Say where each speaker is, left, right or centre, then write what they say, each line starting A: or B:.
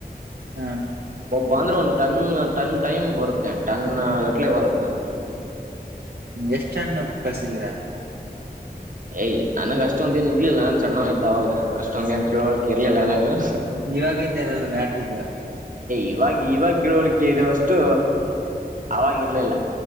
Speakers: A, on the right; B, on the right.
A: ಹ್ಮ್
B: ಬಂದ್ರು ಒನ್ ಟನ್ ಟನ್ ಟೈಮ್ ಬರುತ್ತ ಟನ್ ಗಟ್ಲ್ ಬರುತ್ತ
A: ಎಷ್ಟು ಕಲ್ಸಿದಿರಾ
B: ಏ ನನಗ ಅಷ್ಟೊಂದು ಏನ್ ಇರ್ಲಿಲ್ಲ ನನ್ ಸಣ್ಣವ ಇದ್ದೆ ಅವಾಗ ಅಷ್ಟೊಂದ ಏನ್ ತಿಳುವಳಿಕೆ ಇರ್ಲಿಲ್ಲ ನನಗ
A: ಇವಾಗಿದ್ದೇನಲೂ ಇದಾ
B: ಇವಾಗ್ ಇವಾಗ ತಿಳುವಳಿಕೆ ಇರುವಷ್ಟು ಅವಾಗ್ ಇರ್ಲಿಲ್ಲ